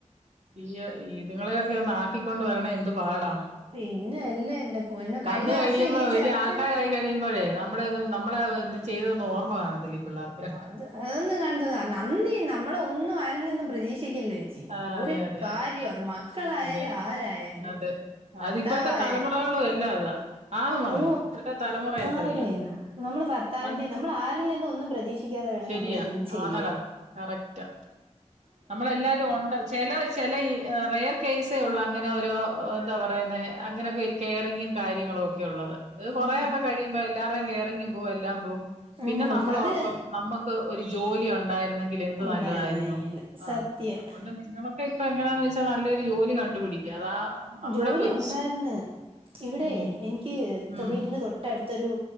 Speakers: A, on the right (about 70°); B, on the right (about 45°).
A: ഈയ് ഇത്ങ്ങളെയൊക്കെ ഒന്ന് ആക്കിക്കൊണ്ട് വരണേ എന്ത് പാടാ
B: പിന്നെ അല്ലേ എന്റെ പൊന്നോ
A: വന്ന്
B: കഴിഞ്ഞ
A: കഴിയുമ്പോ
B: വർഷം ഈ
A: വലിയ
B: ചെറുക്കൻ
A: ആൾക്കാരായി കഴിയുമ്പോഴേ ന നമ്മളെ ഒ നമ്മള ചെയ്ത ഓർമ്മ കാണത്തില്ല പിള്ളേർക്ക്
B: അത് അതൊന്നും കാണ തോ നന്ദി നമ്മള ഒന്നും അരിൽ നിന്നും പ്രതീക്ഷി <unintelligible> ച്ചി
A: ആഹ്
B: ഒരു
A: അതെ അതെ
B: കാര്യം
A: അതെ
B: അ മക്കളായാലും
A: അതെ
B: ആരായാലും
A: അതെ
B: ഭർത്താവായ
A: അത് ഇപ്പോഴത്തെ തലമുറകളും എല്ലാം അതാ ആന്ന് മോളെ
B: ഓ
A: ഇപ്പോഴത്തെ തലമുറ
B: ആരടേയാലും
A: അത്രയാ
B: നമ്മള് ഭർത്താവിന്റെ
A: പൺ
B: ന്നും നമ്മൾ ആരിൽ നിന്നും ഒന്നും പ്രതീക്ഷിക്കാതെ വേണം
A: ശരിയാ
B: നമ്മൾ എന്തും ചെയ്യാൻ
A: ആന്നടാ കറക്റ്റാ നമ്മളെല്ലാരും ഉണ്ട് ചില ചില ഈ റയർ കേൈസേ ഉള്ള അങ്ങനെ ഒരു എന്താ പറയുന്ന അങ്ങനെയൊക്കെ ഒരു കെയറിങ്ങും കാര്യങ്ങളും ഒക്കെ ക്കള്ളത് ഇത് കൊറെൊക്കെ
B: ആ
A: കഴിയുമ്പോ എല്ലാാരേും കെയറിങ്ങും പോവും എല്ലാം പോവും
B: ഉം,
A: പിന്നെ നമ്മൾോഓർക്കും
B: അത്
A: നമ്മുക്ക് ഒരു ജോലി ഉണ്ടായിരുന്നെങ്കിൽ എന്ത്
B: ഉണ്ടായിരുന്നു
A: നല്ലതായിരുന്നു
B: കയ്യില്
A: ആഹ
B: സത്യം
A: അതുകൊണ്ട് നിങ്ങളൊക്കെ ഇപ്പൊ എങ്ങനെയാന്ന് വെച്ചാൽ നല്ലൊരു ജോലി കണ്ടുപിടിക്കുക അതാ നമ്മുടെ
B: ജോലി
A: കൊച്ച്
B: ഉണ്ടായിരുന്നു ഇവിടെ
A: ഉം
B: എനിക്ക്
A: ഉം
B: വീടിറെ തൊട്ടടുത്ത് മൊരു